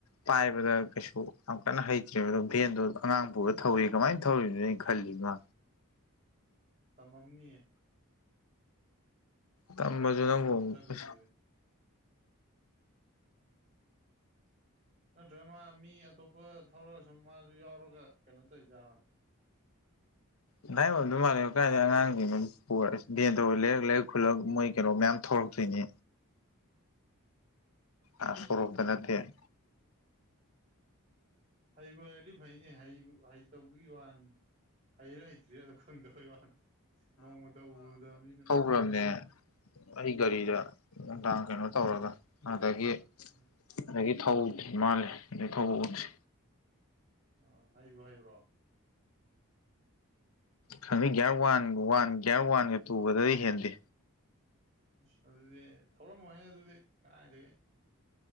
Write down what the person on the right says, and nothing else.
ꯇꯝꯃꯝꯅꯤꯌꯦ
ꯃꯥ
ꯃꯌꯨꯝ ꯆꯠꯈ꯭ꯔꯤꯗꯨꯗꯤ
ꯅꯠꯇ꯭ꯔ ꯃꯥ ꯃꯤ ꯑꯇꯣꯞꯄ ꯊꯧꯔꯁꯨꯝ ꯃꯥꯁꯨ ꯌꯥꯎꯔꯒ ꯀꯩꯅꯣ ꯇꯧꯋꯤꯖꯥꯔꯣ
ꯍꯣꯏ
ꯑꯗꯨꯕꯨꯗꯤ
ꯍꯩꯕꯨ ꯍꯩꯔꯗꯤ ꯐꯩꯅꯦ ꯍꯩꯕꯨ ꯍꯩꯇꯕꯗꯨꯒꯤ ꯋꯥꯅꯤ ꯍꯩꯔꯤꯔ ꯍꯩꯇ꯭ꯔꯤꯔꯗꫭ ꯈꯪꯗꯕꯩ ꯋꯥ ꯅꯣꯡꯃꯇ ꯎꯔꯨꯗꯕꯅꯤꯅ
ꯎꯝ
ꯑ ꯍꯩꯕꯨ ꯍꯩꯕ꯭ꯔꯣ
ꯑꯁ ꯑꯗꯨꯗꯤ ꯊꯧꯔꯝꯃꯣꯏꯍꯦ ꯑꯗꯨꯗꯤ ꯀꯥꯏꯗꯒꯤ